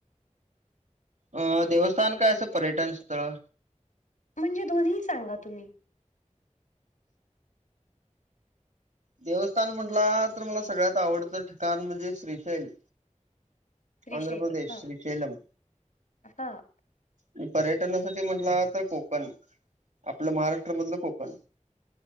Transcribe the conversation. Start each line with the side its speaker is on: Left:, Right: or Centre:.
Right: अ देवस्थान काय असं पर्यटन स्थळ?
Left: म्हणजे दोन्ही ही सांगा तुम्ही
Right: देवस्थान म्हटला, तर मला सगळ्यात आवडतं ठिकाण म्हणजे श्रीशैल.
Left: त्रिशैली
Right: आंध्र प्रदेश,
Left: हां,
Right: श्रीशेलम
Left: हां.
Right: आणि पर्यटनासाठी म्हंटला तर कोकण, आपलं महाराष्ट्रामधलं कोकण